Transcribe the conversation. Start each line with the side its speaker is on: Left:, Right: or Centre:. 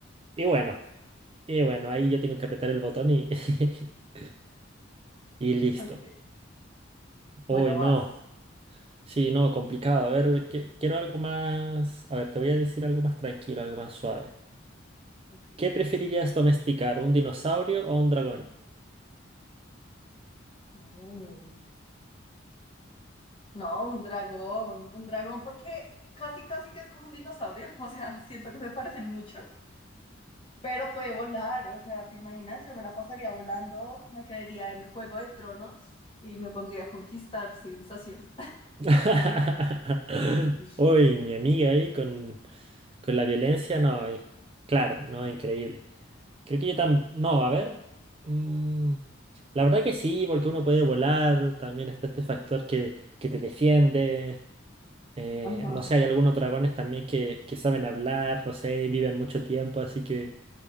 Right: y bueno, y bueno, ahí yo tengo que apretar el botón y... <laughs> Y listo.
Left: Ok.
Right: Uy,
Left: Bueno,
Right: no.
Left: vas.
Right: Sí, no, complicado. A ver, que- quiero algo más. A ver, te voy a decir algo más tranquilo, algo más suave.
Left: Ok.
Right: ¿Qué preferirías domesticar, un dinosaurio o un dragón?
Left: Uy. No, un dragón, un dragón porque casi, casi que es como un dinosaurio, <laughs> o sea, siento que se parecen mucho, pero puede volar, o sea, ¿te imaginas? Yo me la pasaría volando, me creería en Juego de Tronos y me pondría a conquistar civilizaciones.
Right: <laughs>
Left: <laughs>
Right: Uy, mi amiga ahí con, con la violencia, no. y- Claro, no, increíble. Creo que yo también. No, a ver. mm, la verdad que sí, porque uno puede volar. También está este factor que, que te defiende. Eh,
Left: Ajá,
Right: no sé, hay algunos dragones también que, que saben hablar, no sé, y viven mucho tiempo, así que